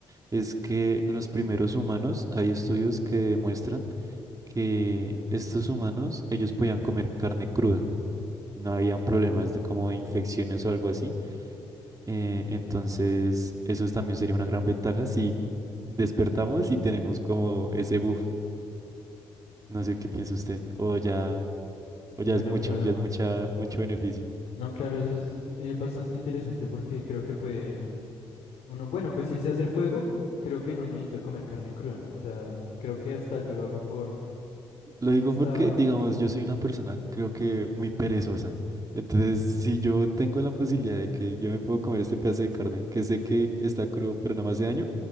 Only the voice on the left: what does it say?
Bueno,
claro.
No, claro, eso es eh, bastante interesante porque creo que pueden... Uno, bueno, pues si sé hacer fuego, creo que no necesito comer carne cruda, ¿no? O sea, creo que hasta yo lo hago por,
hasta,
mm,